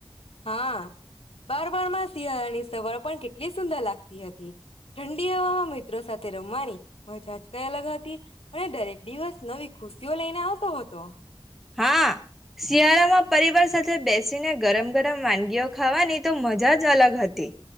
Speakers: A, on the left; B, in the centre.
A: હા બાર બાર માં સિહળની સવાર પણ કેટલી સુંદર લાગતી હતી ઠંડી હવામાં મિત્રો સાથે રમવાની મજા જ અલગ હતી અને દરેક દિવસ નવી ખુશીઓ લઈને આવતો હતો
B: હા શિયાળામાં પરિવાર સાથે બેસીને ગરમ ગરમ વાનગીઓ ખાવાની તો મજા જ અલગ હતી